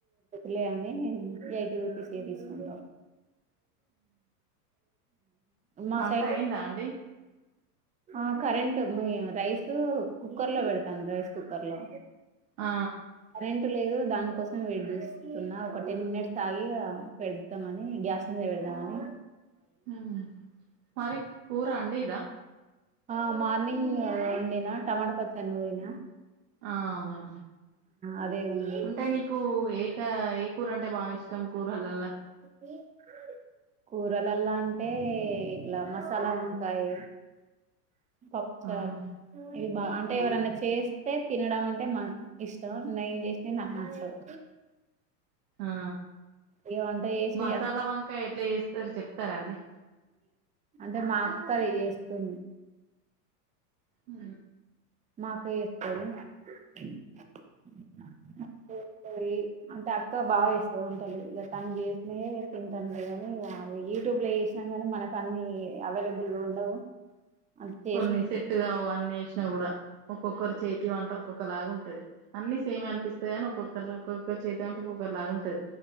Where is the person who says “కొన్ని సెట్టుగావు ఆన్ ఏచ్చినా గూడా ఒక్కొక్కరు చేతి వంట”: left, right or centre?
Right